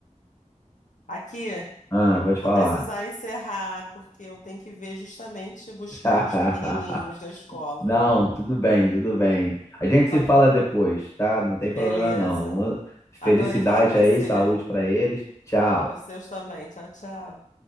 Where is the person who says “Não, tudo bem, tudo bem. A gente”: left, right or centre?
Left